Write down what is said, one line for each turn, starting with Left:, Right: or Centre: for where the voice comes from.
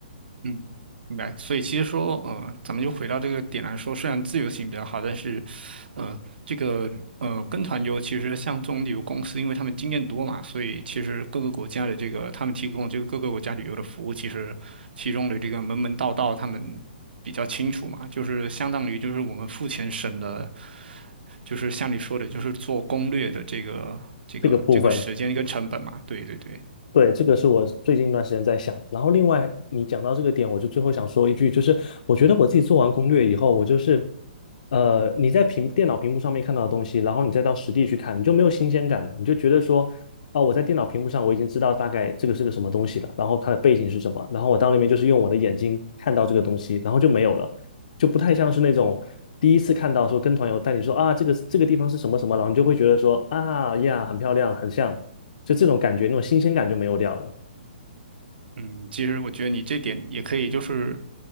Right: 嗯，明白。所以其实说，呃，咱们就回到这个点来说，虽然自由行比较好，但是，呃，这个呃跟团游其实像这种旅游公司，因为他们经验多嘛，所以其实各个国家的这个他们提供这个各个国家旅游的服务，其实其中的这个门门道道他们比较清楚嘛，就是相当于就是我们付钱省了，就是像你说的，就是做攻略的这个这个这个时间跟成本嘛。
Left: 这个部分。
Right: 对对对。
Left: 对，这个是我最近一段时间在想。然后，另外你讲到这个点，我就最后想说一句，就是我觉得我自己做完攻略以后，我就是，呃，你在屏电脑屏幕上面看到的东西，然后你再到实地去看，你就没有新鲜感了，你就觉得说，啊、我在电脑屏幕上我已经知道大概这个是个什么东西了，然后它的背景是什么，然后我到那边就是用我的眼睛看到这个东西，然后就没有了，就不太像是那种第一次看到说跟团游带你说啊，这个这个地方是什么什么，然后你就会觉得说啊呀，很漂亮，很像。就这种感觉，那种新鲜感就没有掉了。
Right: 嗯，其实我觉得你这点也可以，就是